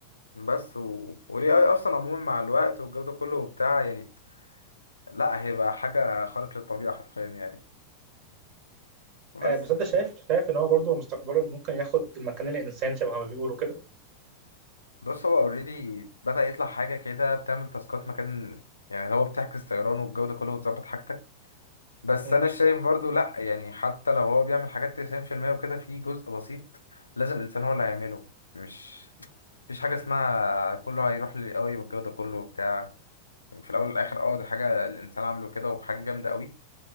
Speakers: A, on the left (about 80°); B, on the right (about 40°).
A: بس و... والاي اي اصلا عموما مع الوقت والجو ده كله وبتاع يعني لا هيبقى حاجه خارق للطبيعه حرفيا يعني بس
B: آه بس انت شايف شايف ان هو برضه مستقبلا ممكن ياخد مكان الانسان شبه ما بيقولوا كده
A: بص هو اوريدي بدأ يطلع حاجه كده بتعمل تاسكات مكان يعني اللي هو بتعكس طيران والجو ده كله وتظبط حاجتك بس
B: مم.
A: انا شايف برضو لا يعني حتى لو هو بيعمل حاجات 90% وكده في جزء بسيط لازم الانسان هو اللي هيعمله مش مفيش حاجة اسمها كله هيروح للي قوي والجو ده كله وبتاع يعني في الأول والآخر اه دي حاجة الإنسان عامله كده وحاجة جامدة قوي